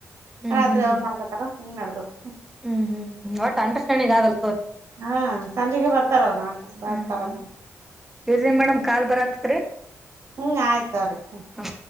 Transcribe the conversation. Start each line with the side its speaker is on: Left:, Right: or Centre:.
Centre: ಹ್ಮ್
Right: ರಾತ್ರಿ
Centre: ಹ್ಮ್
Right: ಅವರು ಮಾಡ್ಕತಾರ ಹಿಂಗ್ ನಡ್ದದ.
Centre: ಹ್ಮ್ ಹ್ಮ್ ಒಟ್ ಅಂಡ್ರಸ್ಟ್ಯಾಂಡಿಂಗ್ ಆದಲ್ಲ ತೋರಿ.
Right: ಹಾ ಸಂಜೆಗೆ ಬರ್ತಾರ ನಾಲ್ಕು ಬರ್ತಾರ.
Centre: ಹ್ಮ್ ಹ್ಮ್ ಇರ್ರಿ ಮೇಡಮ್ ಕಾಲ್ ಬರತ್ತತ್ರಿ
Right: ಹ್ಮ್ ಆಯ್ತವ್ರಿ ಹ್ಮ
Centre: ಹಾ.